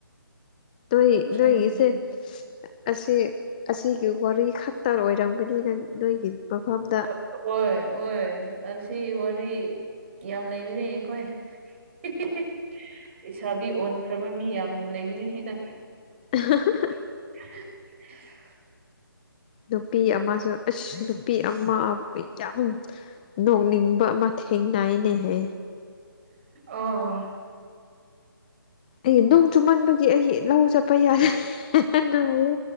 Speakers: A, on the left (about 20°); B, on the right (about 30°).
A: ꯅꯣꯏ
B: ꯎꯝ
A: ꯅꯣꯏꯒꯤꯁꯦ ꯑꯁꯤ ꯑꯁꯤꯒꯤ ꯋꯥꯔꯤ ꯈꯛ ꯇꯔ ꯑꯣꯏꯔꯝꯒꯅꯤ ꯅꯪ ꯅꯣꯏꯒꯤ ꯃꯐꯝꯗ
B: ꯑꯣꯏ ꯑꯣꯏ ꯑꯁꯤ ꯋꯥꯔꯤ ꯌꯥꯝ ꯂꯩꯕꯅꯦ ꯑꯩꯈꯣꯏ <unintelligible> ꯂꯩꯁꯥꯕꯤ ꯑꯣꯟꯈ꯭ꯔꯕ ꯃꯤ ꯌꯥꯝ ꯂꯩꯕꯅꯤ ꯁꯤꯗ꯫
A: <unintelligible>
B: <unintelligible>
A: ꯅꯨꯄꯤ ꯑꯃꯥꯁꯨ ꯑꯁ ꯅꯨꯄꯤ ꯑꯃꯥ ꯑꯝ ꯌꯥꯝ ꯅꯣꯛꯅꯤꯡꯕ ꯑꯃꯥ ꯊꯦꯡꯅꯥꯏꯅꯦꯍꯦ꯫
B: ꯑꯣ
A: ꯑꯩꯒꯤ ꯅꯣꯡ ꯆꯨꯃꯟꯕꯒꯤ ꯑꯩꯒꯤ ꯂꯧ ꯆꯠꯄ ꯌꯥ ꯍꯟꯅ ꯍꯥꯏꯌꯦ